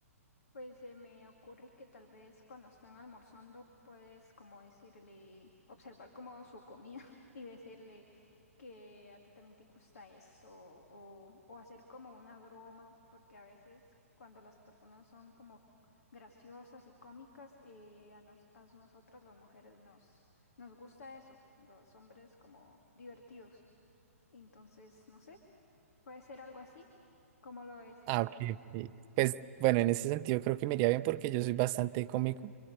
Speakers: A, on the left; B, on the right.
A: Pues se me ocurre que tal vez cuando están almorzando puedes como decirle, observar como su comida <laughs> y decirle que a ti también te gusta eso o, o hacer como una broma, porque a veces cuando las personas son como graciosas y cómicas, eh, a, nos- a nosotras las mujeres nos, nos gusta eso, los hombres como divertidos. Entonces, no sé, puede ser algo así, cómo lo es.
B: Ah, ok, ok. Pues bueno, en ese sentido creo que me iría bien porque yo soy bastante cómico,